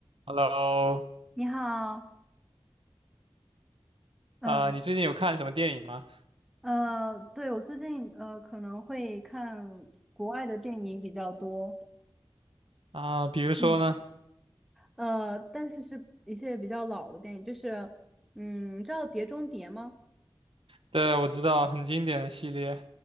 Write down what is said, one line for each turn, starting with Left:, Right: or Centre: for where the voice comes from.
Right: Hello，
Centre: 你好，嗯
Right: 啊、你最近有看什么电影吗？
Centre: 呃，对，我最近呃可能会看国外的电影比较多，
Right: 啊、比如说呢？
Centre: 嗯，呃，但是是一些比较老的电影，就是嗯，你知道《碟中谍》吗？
Right: 对，我知道很经典的系列，